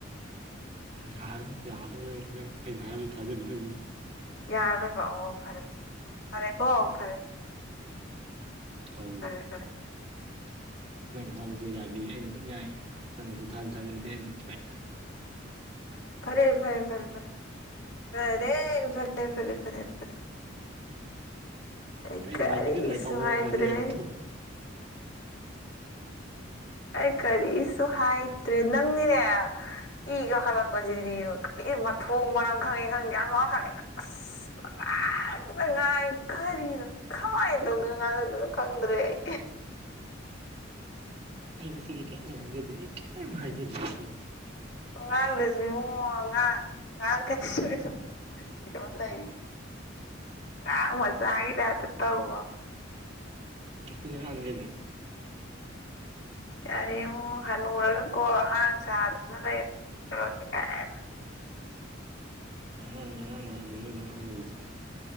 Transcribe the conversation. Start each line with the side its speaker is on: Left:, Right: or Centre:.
Right: ꯌꯥꯔꯣꯏ ꯌꯥꯔꯔꯣꯏ ꯅꯪ ꯑꯩꯅ ꯍꯥꯏꯕꯖꯨ ꯊꯥꯖꯕꯤꯗꯕꯗꯨꯕꯨ
Left: ꯌꯥꯔꯔꯣꯏꯕ ꯑꯣ ꯐꯔꯦ ꯐꯔꯦ ꯐꯔꯦꯀꯣ ꯐꯔꯦ
Right: ꯑꯧ
Left: ꯐꯔꯦ ꯐꯔꯦ ꯐꯔꯦ
Right: ꯅꯪ ꯍꯥꯏꯔꯁꯨ ꯌꯥꯕꯤ ꯑꯩꯅ ꯑꯗꯨꯝ ꯌꯥꯏ ꯅꯪꯅꯖꯨ ꯊꯥꯖꯨ ꯊꯥꯖꯕꯤꯗꯦ ꯑꯗꯨꯟ ꯇꯣꯛꯑꯦ
Left: ꯐꯔꯦ ꯐꯔꯦ ꯐꯔꯦ ꯐꯔꯦ ꯐꯔꯦ ꯐꯔꯦ ꯐꯔꯦ ꯐꯔꯦ ꯐꯔꯦ ꯐꯔꯦ ꯐꯔꯦ ꯑꯩ
Right: ꯌꯥꯔꯦ
Left: ꯀꯔꯤꯁꯨ
Right: ꯃꯥꯏꯕꯤꯗ ꯂꯥꯏꯐꯥꯎ ꯐꯥꯎꯕ
Left: ꯍꯥꯏꯗ꯭ꯔꯦ
Right: ꯃꯥꯜꯂꯦ ꯌꯥꯔꯦ ꯇꯣꯛꯑꯣ
Left: ꯑꯩ ꯀꯔꯤꯁꯨ ꯍꯥꯏꯗ꯭ꯔꯦ ꯅꯪꯅꯤꯅꯦ ꯏ ꯀꯥꯈꯠꯂꯛꯄꯖꯤꯗꯤ ꯀꯔꯤ ꯃꯊꯣꯡ ꯃꯔꯝ ꯈꯪꯉꯤ ꯈꯪꯗꯦ ꯑꯃ ꯈꯪꯉꯤ ꯑꯁ ꯑꯁ ꯄꯡꯉꯥꯡꯗ ꯉꯥꯡꯉꯤ ꯀꯔ ꯔꯤꯅꯣ ꯈꯃꯥꯏꯅ ꯇꯧꯗꯣꯏꯅꯣ ꯉꯥꯡꯗꯗꯣꯏꯅꯣ ꯈꯪꯗ꯭ꯔꯦ ꯑꯩ
Right: ꯑꯩ ꯉꯁꯤꯒꯤ ꯀꯩꯝꯇ ꯉꯥꯡꯖꯗꯦ ꯑꯩ ꯀꯩꯝ ꯍꯥꯏꯖꯗꯦ ꯉꯁꯤ
Left: ꯉꯥꯡꯗꯔ꯭ꯖꯨ ꯏꯕꯨꯉꯣ ꯉꯥꯡ ꯉꯥꯡꯉꯛꯀꯅꯤꯁꯨ ꯑꯗꯨꯝ ꯀꯩꯅꯣꯝ ꯂꯩꯔꯤ ꯑꯉꯥꯡ ꯃꯆꯥꯒꯤ ꯇꯥꯏꯞꯇ ꯇꯧꯕ ꯑꯃ
Right: ꯀꯩ ꯑꯉꯥꯟꯅꯤ ꯀꯩꯅꯣ
Left: ꯌꯥꯔꯦꯉꯣ ꯍꯟꯅꯨꯔꯒꯀꯣ ꯑꯉꯥꯡ ꯁꯥꯗꯅ ꯂꯩꯔꯒ ꯀꯥꯏꯅ
Right: ꯑꯉꯥꯡꯅꯤ ꯑꯉꯥꯡꯅꯤ ꯍꯥꯏꯝꯅꯤ ꯅꯣꯏꯗꯧ ꯍꯅꯨꯗ꯭ꯔꯤ